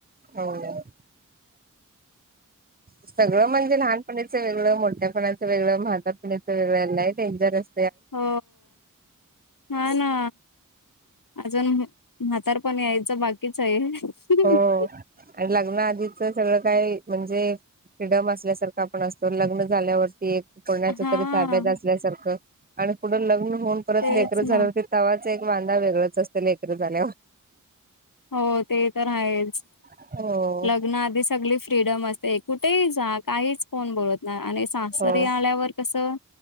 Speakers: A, on the right; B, on the left.
A: हो. सगळं म्हणजे, लहानपनीचं वेगळं. मोठ्यापणाचं वेगळं. म्हातारपनीचं वेगळं. लय डेंजर अस
B: हो. हा, ना. अजून, म्हातारपण यायचं बाकीचय. <unintelligible>
A: हो. लग्ना आधीचं सगळं काय, म्हणजे फ्रीडम असल्यासारखा आपण असतो. लग्न झाल्यावरती एक कोणाच्या
B: हा
A: तरी ताब्यात असल्यासारखं. आणि पुढं लग्न होऊन, परत
B: तेच
A: लेकर झाल्यावरती
B: ना
A: तवाचा एक वांदा वेगळंच असतं. लेकर झाल्यावर.
B: हो. ते तर आहेच.
A: हो
B: लग्न आधी, सगळी फ्रीडम असते. ते कुठेही जा. काहीच, कोण बोलत नाही. आणि सासरी
A: हो
B: आल्यावर कसं